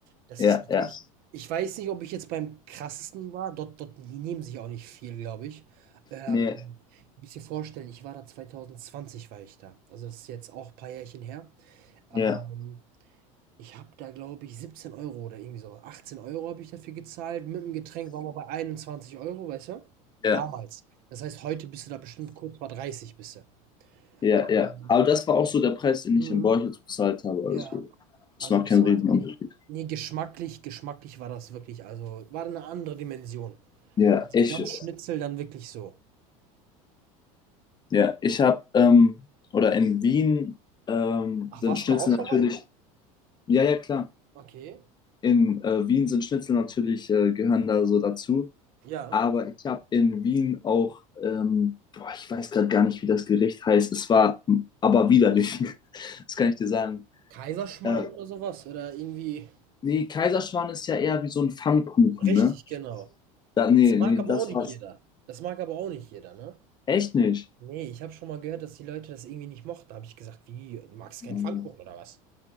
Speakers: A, on the right; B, on the left.
A: Das
B: ja,
A: ist natürlich,
B: ja.
A: ich weiß nicht, ob ich jetzt beim krassesten war, dort, dort die nehmen sich auch nicht viel, glaube ich. Ähm,
B: Nee,
A: du musst dir vorstellen, ich war da 2020, war ich da. Also das ist jetzt auch ein paar Jährchen her. Ähm,
B: ja,
A: Ich habe da, glaube ich, 17 Euro oder irgendwie so 18 Euro habe ich dafür gezahlt. Mit dem Getränk waren wir bei 21 Euro, weißt du?
B: ja,
A: Damals. Das heißt, heute bist du da bestimmt kurz vor 30, bist du.
B: ja,
A: Ähm,
B: ja. Aber das war auch so der Preis, den
A: mhm,
B: ich in Borchitz bezahlt habe.
A: ja,
B: Also, das
A: also
B: macht
A: das
B: keinen
A: war
B: Riesenunterschied.
A: wirklich ne, geschmacklich geschmacklich war das wirklich also, war eine andere Dimension.
B: Ja,
A: Also,
B: ich,
A: wenn Schnitzel, dann wirklich so.
B: ja, ich habe, ähm, oder in Wien ähm,
A: Ach,
B: sind
A: warst
B: Schnitzel
A: du da auch
B: natürlich,
A: schon mal?
B: ja, ja, klar.
A: Okay,
B: In äh, Wien sind Schnitzel natürlich, äh, gehören da so dazu.
A: ja.
B: Aber ich habe in Wien auch, ähm, boah, ich weiß gerade gar nicht, wie das Gericht heißt. Es war m, aber widerlich. <laughs> Das kann ich dir sagen.
A: Kaiserschmarrn
B: Äh,
A: oder so was oder irgendwie
B: nee, Kaiserschmarrn ist ja eher wie so ein Pfannkuchen,
A: richtig,
B: ne?
A: genau.
B: Da, nee,
A: Das
B: nee,
A: mag aber
B: das
A: auch nicht
B: war's.
A: jeder. Das mag aber auch nicht jeder, ne?
B: Echt nicht.
A: Nee, ich habe schon mal gehört, dass die Leute das irgendwie nicht mochten. Da habe ich gesagt, wie, du magst
B: Nee,
A: keinen Pfannkuchen oder was?